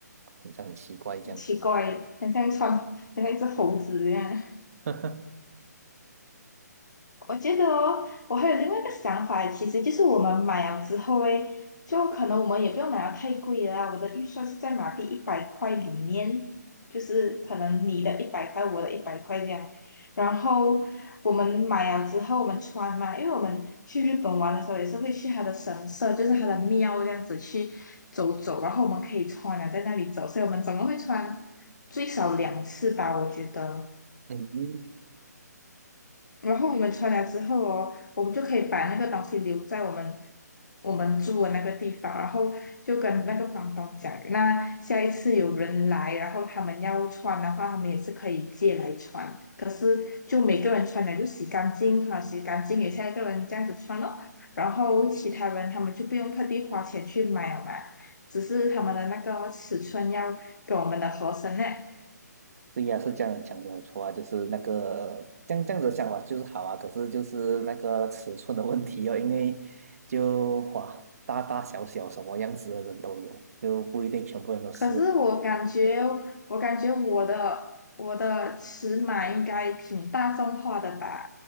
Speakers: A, on the right; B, on the left.
A: 很像很奇怪这样。
B: 很奇怪，很像穿，很像一只猴子一样。
A: <laughs>
B: 我觉得哦，我还有另外一个想法，其实就是我们买了之后诶，就可能我们也不要买到太贵啦。我的预算是在马币一百块里面，就是可能你的一百块，我的一百块这样。然后我们买了之后，我们穿嘛，因为我们去日本玩的时候也是会去它的神社，就是它的庙这样子去走走，然后我们可以穿了在那里走，所以我们总共会穿最少两次吧，我觉得。
A: 嗯，
B: 然后我们穿了之后哦，我们就可以把那个东西留在我们我们住的那个地方，然后就跟那个房东讲，那下一次有人来，然后他们要穿的话，他们也是可以借来穿，就是就每个人穿了就洗干净，穿了洗干净给下一个人这样子穿咯，然后其他人他们就不用特地花钱去买了嘛，只是他们的那个尺寸要跟我们的合身呢。
A: 对呀、是这样讲没有错啊，就是那个这样这样子想法就是好啊，可是就是那个尺寸的问题哦，因为就哇，大大小小什么样子的人都有，就不一定全部人都适合。
B: 可是我感觉，我感觉我的我的尺码应该挺大众化的吧？